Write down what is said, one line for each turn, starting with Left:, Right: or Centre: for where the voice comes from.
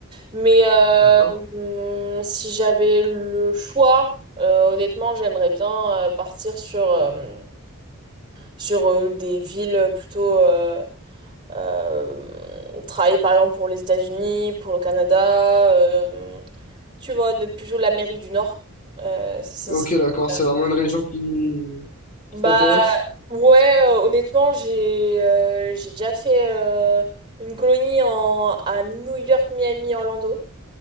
Right: Mais euh,
Left: d'accord.
Right: hum, si j'avais le choix, euh, honnêtement, j'aimerais bien euh, partir sur, euh, sur euh, des villes plutôt. euh, euh, travailler par exemple pour les États-Unis, pour le Canada, euh, tu vois, de- plutôt l'Amérique du Nord. Euh, ça,
Left: Ok,
Right: ça serait-
Left: d'accord. C'est
Right: euh,
Left: vraiment une région qui,
Right: Bah
Left: qui t'intéresse?
Right: ouais, euh, honnêtement, j'ai euh, j'ai déjà fait euh, une colonie en, à New York, Miami, Orlando,